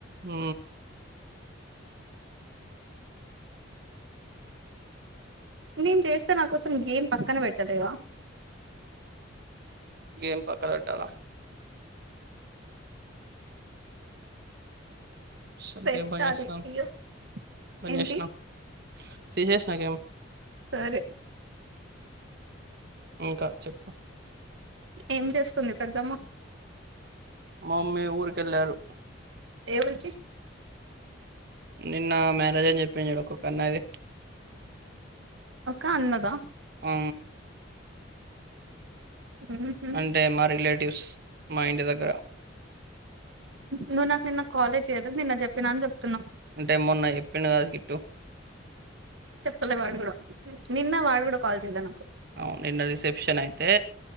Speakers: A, on the right (about 55°); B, on the right (about 70°).
A: ఉ
B: నేను చేస్తే నా కోసం గేమ్ పక్కన పెట్టలేవా
A: గేమ్ పక్కన పెట్టాలా సరే
B: పెట్టాలి
A: గేమ్ పద్చేస్తా
B: అయ్యో
A: పద్చేసినా
B: ఏంటి
A: తీసేసిన గేమ్
B: సరే
A: ఇంకా చెప్పు
B: ఏం చేస్తుంది పెద్దమ్మ
A: మమ్మీ ఊరికెళ్ళారు
B: ఏ ఊరికి
A: నిన్న మ్యారేజన్ని చెప్పించూడు ఒకన్నాది
B: ఒక అన్నదా
A: ఉ
B: ఉహు
A: అంటే మా రిలేటివ్స్ మా ఇంటి దగ్గర
B: నువ్వు నాకు నిన్న కాలే చేయలేదు నిన్న చెప్పినా అని చెప్తున్నావు
A: అంటే మొన్నా చెప్పిండు కదా గిట్టు
B: చెప్పలే వాడు కూడా నిన్న వాడు కూడా కాల్ చేయలే
A: అవును నిన్న రిసెప్షన్ అయితే